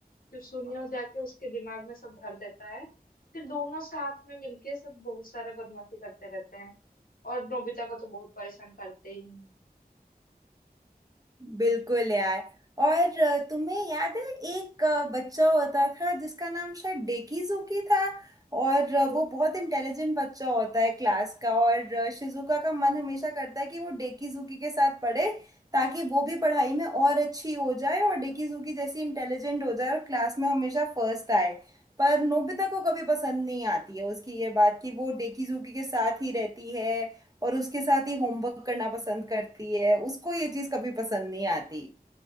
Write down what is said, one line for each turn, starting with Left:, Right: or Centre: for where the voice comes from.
Left: जो सुनियो जाके उसके दिमाग में सब भर देता है फिर दोनों साथ में मिलके सब बहुत सारे बदमाशी करते रहते हैं और नोबिता को तो बहुत परेशान करते ही हैं
Right: बिल्कुल यार और अ, तुम्हें याद है एक अ, बच्चा होता था जिसका नाम शायद डेकीजुकी था और अ,
Left: तो
Right: वो बहुत इंटेलिजेंट बच्चा होता है क्लास का और अ, शिजुका का मन हमेशा करता है कि वो डेकीजुकी के साथ पढ़े ताकि वो भी पढ़ाई में और अच्छी हो जाए और डेकीजुकी जैसी इंटेलिजेंट हो जाए और क्लास में हमेशा फर्स्ट आए पर नोबिता को कभी पसंद नहीं आती है उसकी ये बात कि वो डेकीजुकी के साथ ही रहती है और उसके साथ ही होमवर्क करना पसंद करती है उसको ये चीज कभी पसंद नहीं आती